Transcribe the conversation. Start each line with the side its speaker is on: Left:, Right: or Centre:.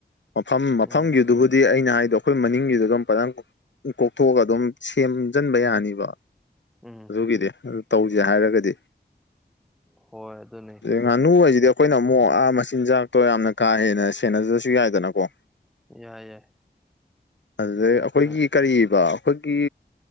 Left: ꯃꯐꯝ ꯃꯐꯝꯒꯤ
Centre: ꯎꯝ
Left: ꯑꯗꯨꯕꯨꯗꯤ ꯑꯩꯅ ꯍꯥꯏꯗꯣ ꯑꯩꯈꯣꯏ ꯃꯅꯤꯡꯒꯤꯗꯨꯗ ꯑꯗꯨꯝ ꯄꯪ ꯀꯣꯛꯊꯣꯛꯑꯒ ꯑꯗꯨꯝ ꯁꯦꯝꯖꯤꯟꯕ ꯌꯥꯅꯤꯕ
Centre: ꯎꯝ
Left: ꯑꯗꯨꯒꯤꯗꯤ ꯑꯗꯨ ꯇꯧꯁꯦ ꯍꯥꯏꯔꯒꯗꯤ
Centre: ꯍꯣꯏ ꯑꯗꯨꯅꯦ
Left: ꯑꯗꯩ ꯉꯥꯅꯨ ꯍꯥꯏꯁꯤꯗꯤ ꯑꯩꯈꯣꯏꯅ ꯑꯃꯨꯛ ꯑ ꯃꯆꯤꯟꯖꯥꯛꯇꯣ ꯌꯥꯝꯅ ꯀꯥ ꯍꯦꯟꯅ ꯁꯦꯟꯅꯖꯁꯨ ꯌꯥꯏꯗꯅꯀꯣ
Centre: ꯌꯥꯏ ꯌꯥꯏ
Left: ꯑꯗꯨꯗꯩ
Centre: ꯑꯗꯨꯝ
Left: ꯑꯩꯈꯣꯏꯒꯤ
Centre: ꯑꯩꯈꯣꯏꯅ
Left: ꯀꯔꯤꯕꯔꯤꯕ ꯑꯩꯈꯣꯏꯒꯤ